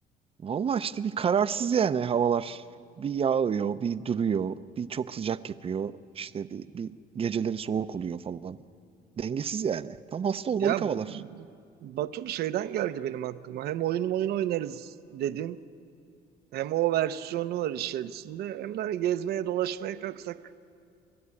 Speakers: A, on the right; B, on the right.
A: Valla işte bir kararsız yani havalar. Bir yağıyor, bir duruyor, bir çok sıcak yapıyor. İşte bir, bir geceleri soğuk oluyor falan. Dengesiz yani. Tam hasta olmalık
B: Ya
A: havalar.
B: Batum şeyden geldi benim aklıma. Hem oyun oyun oynarız dedin. Hem o versiyonu var içerisinde. Hem de hani gezmeye dolaşmaya kalksak